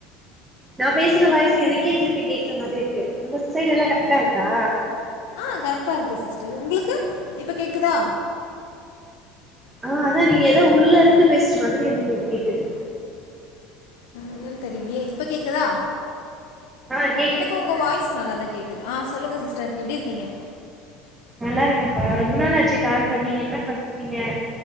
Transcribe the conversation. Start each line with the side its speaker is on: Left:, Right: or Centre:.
Right: நா பேசற வாய்சு எனக்கே திருப்பி கேக்கற மாரி இருக்கு உங்க சைடு எல்லா கரெக்டா இருக்கா
Left: அ கரெக்ட்டா இருக்கு சிஸ்டர் உங்களுக்கு இப்ப கேக்குதா
Right: ஆ அதா நீங்க எதோ உள்ள இருந்து பேசுற மாரி எனக்கு கேக்குது
Left: என்னன்னு தெரியலயே இப்ப கேக்குதா
Right: ஆ கேக்குது
Left: எனக்கு உங் க வாய்ஸ் நல்லா தா கேக்குது ஆ சொல்லுங்க சிஸ்டர் எப்டி இருக்கீங்க
Right: நல்லா இருக்கப்பா ரொம்ப நாள் ஆச்சு கால் பண்ணி என்ன பண்ணுவீங்க